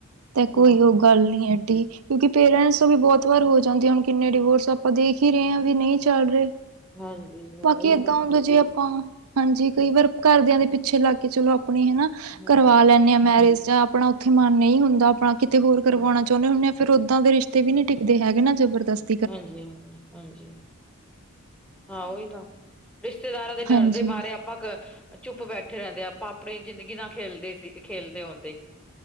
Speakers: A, on the right; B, in the centre.
A: ਤੇ ਕੋਈ
B: ਹਾਂ
A: ਉਹ ਗੱਲ ਨਹੀਂ ਐਡੀ। ਕਿਉਂਕਿ ਪੇਰੈਂਟਸ ਵੀ ਬਹੁਤ ਵਾਰ ਹੋ ਜਾਂਦੇ ਹੁਣ ਕਿੰਨੇ ਡਿਵੋਰਸ ਆਪਾਂ ਦੇਖ ਹੀ ਰਹੇ ਹਾਂ ਵੀ ਨਹੀਂ ਚੱਲ ਰਹੇ।
B: ਹਾਂਜੀ
A: ਬਾਕੀ
B: ਉਹੀ
A: ਏਦਾਂ
B: ਨਾ
A: ਹੁੰਦਾ ਜੇ ਆਪਾਂ। ਹਾਂਜੀ ਕਈ ਵਾਰ ਘਰਦਿਆਂ ਦੇ ਪਿੱਛੇ ਲੱਗ ਕੇ ਚਲੋ ਆਪਣੀ ਹਨਾ
B: ਹਮ
A: ਕਰਵਾ ਲੈਂਦੇ ਹਾਂ ਮੈਰਿਜ ਜਾਂ ਆਪਣਾ ਉੱਥੇ ਮਨ ਨਹੀਂ ਹੁੰਦਾ ਆਪਣਾ ਕਿਤੇ ਹੋਰ ਕਰਵਾਉਣਾ
B: ਹਾਂਜੀ
A: ਚਾਹੁੰਦੇ ਹੁੰਦੇ ਆ ਫਿਰ ਓਦਾਂ ਦੇ ਰਿਸ਼ਤੇ ਵੀ ਨੀ ਟਿੱਕਦੇ ਹੈਗੇ ਨਾ ਜਬਰਦਸਤ
B: ਹਾਂਜੀ, ਹਾਂਜੀ, ਹਾਂਜੀ। ਹਾਂ ਉਹੀ ਨਾ ਰਿਸ਼ਤੇਦਾਰਾਂ ਦੇ ਡਰ
A: ਹਾਂਜੀ
B: ਦੇ ਬਾਰੇ ਆਪਾਂ ਚੁੱਪ ਬੈਠੇ ਰਹਿੰਦੇ ਆ ਆਪਾਂ ਆਪਣੀ ਜ਼ਿੰਦਗੀ ਨਾ ਖੇਲਦੇ ਸੀ ਖੇਲਦੇ ਹੁੰਂਦੇ।